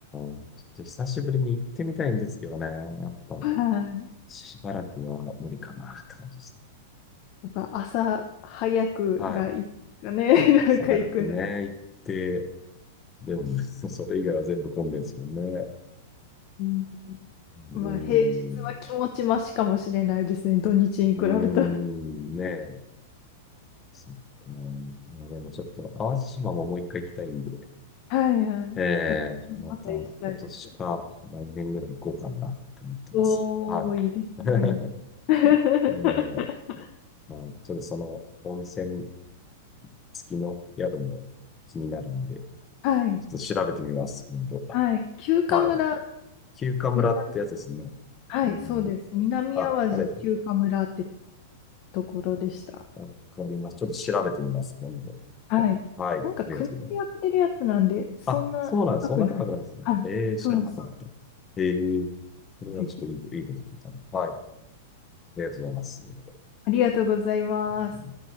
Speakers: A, on the left (about 25°); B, on the left (about 50°).
A: ん。ちょっと久しぶりに行ってみたいんですけどね。やっぱ、
B: はい。
A: しばらくは無理かなって感じですね。
B: やっぱ朝早くがいいかね。
A: はい。
B: <laughs> なんか行くの。
A: 朝早くね、行って、でもね、<laughs> それ以外は全部混んでるんですもんね。
B: うん、
A: うーん、
B: まあ平日は気持ちましかもしれないですね。土日に比べたら。
A: うーん、ねえ、そっか。まあでもちょっと、淡路島ももう一回行きたいんで、
B: はいはい。
A: ええまた今年か来年ぐらい行こうかなって思ってます。
B: 私もまた行きたいです。おー、
A: はい。
B: いいですね。
A: <laughs>
B: <laughs>
A: ねえ、まあ、ちょっとその温泉付きの宿も気になるんで、
B: はい。
A: ちょっと調べてみます、今度。
B: はい。休暇村。
A: はい。休暇村ってやつですね。
B: みなはい、
A: ね
B: そうです。南あわじ休暇村って
A: あ、ありがとうござい
B: ところでした。
A: ます。あわかります。ちょっと調べてみます、今度。
B: はい。
A: はい、
B: なんか国でやってるやつなんで、
A: ありがとうございます。
B: そんな高くない。
A: あ、そうなんです。そんな高くないですね。
B: はい。
A: えー、知らなかった。
B: そうです、そうで
A: えー、それはちょっといい、
B: す。ぜひ。
A: いいこと聞いたな。はい、ありがとうございます。う
B: ありがとうございます。
A: ん